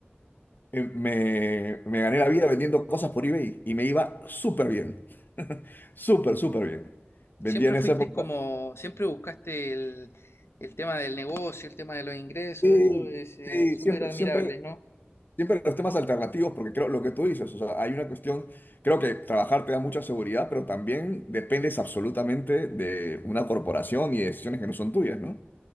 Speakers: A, on the left; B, on the left.
A: eh, me, me gané la vida vendiendo cosas por eBay y me iba súper bien. <laughs> Súper, súper bien. Vendía
B: Siempre
A: en
B: fuiste
A: esa época.
B: como, siempre buscaste el, el tema del negocio, el tema de los ingresos,
A: Sí,
B: eso es eh,
A: sí,
B: súper
A: siempre,
B: admirable,
A: siempre,
B: ¿no?
A: siempre los temas alternativos, porque creo lo que tú dices, o sea, hay una cuestión, creo que trabajar te da mucha seguridad, pero también dependes absolutamente de una corporación y de decisiones que no son tuyas, ¿no?